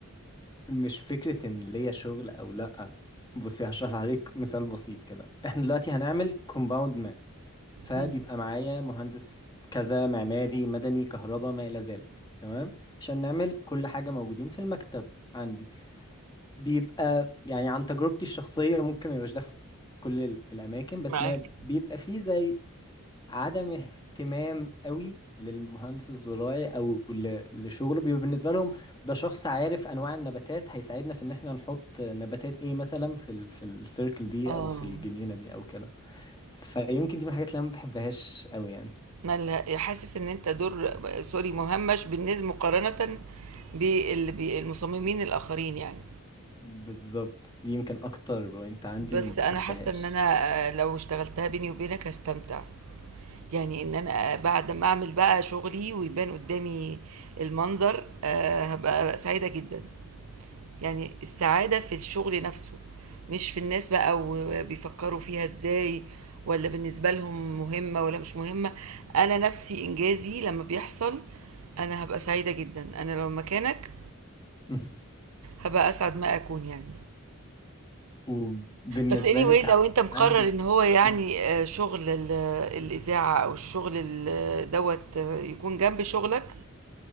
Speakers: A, on the left; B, on the right.
A: مش فكرة إن ليا شغل أو لأ بصي هشرح لحضرتك مثال بسيط كده احنا دلوقتي هنعمل كومباوند فبيبقى
B: مم.
A: معايا مهندس كذا معماري مدني كهرباء ما إلى ذلك تمام عشان نعمل كل حاجة موجودين في المكتب عندي بيبقى يعني عن تجربتي الشخصية ممكن ما يبقاش ده في كل ال- الأماكن بس
B: معاك
A: ما بيبقى فيه زي عدم اهتمام قوي للمهندس الزراعي أو ل- لشغله بيبقى بالنسبة لهم ده شخص عارف أنواع النباتات هيساعدنا في إن إحنا نحط نباتات إيه مثلا في ال في السيركل دي
B: اه
A: أو في الجنينة دي أو كده فيمكن دي من الحاجات اللي أنا ما بحبهاش قوي يعني
B: مالها حاسس ان انت دور سوري مهمش بالنسبه مقارنه بالمصممين الاخرين يعني
A: بالظبط دي يمكن اكتر بوينت عندي
B: بس
A: ما بحبهاش
B: أنا حاسة إن أنا آه، لو اشتغلتها بيني وبينك هاستمتع، يعني إن أنا آه، بعد ما أعمل بقى شغلي ويبان قدّامي المنظر آآ، هابقى سعيدة جدًا، يعني السعادة في الشغل نفسه، مش في الناس بقى وبيفكّروا فيها إزاي والّا بالنسبة لهم مهمة والّا مش مهمة، أنا نفسي إنجازي لمّا بيحصل أنا هابقى سعيدة جدًا، أنا لو مكانك
A: <laughs>
B: هابقى أسعد ما أكون يعني.
A: وبالنسبة
B: بس anyway
A: لك ع-
B: لو انت مقرر
A: عندك
B: ان هو يعني
A: مم.
B: آه، شغل ال- آه، الاذاعه او الشغل ال- آه، دوت آه، يكون جنب شغلك